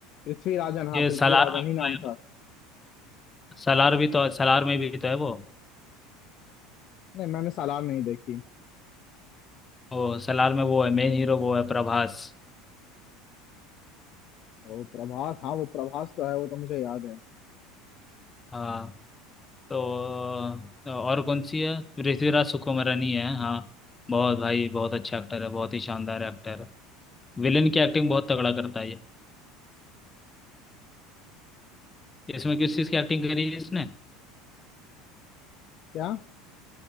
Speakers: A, on the left (about 50°); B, on the left (about 20°).
A: पृथ्वीराजन हाँ
B: ये
A: पृथ्वीराजन
B: सलार में भी
A: ही
B: तो
A: नाम
B: है
A: था
B: सलार भी तो सलार में भी तो है वो
A: नहीं मैंने सालार नहीं देखी
B: वो सलार में वो है मेन हीरो वो है प्रभास
A: वो प्रभास हाँ वो प्रभास तो है वो तो मुझे याद है
B: हाँ तो तो और कौन सी है पृथ्वीराज सुकुमारनी है हाँ बहुत भाई बहुत अच्छा एक्टर है बहुत ही शानदार एक्टर है विलन की एक्टिंग बहुत तगड़ा करता है ये इसमें किस चीज़ की एक्टिंग करी है इसने
A: क्या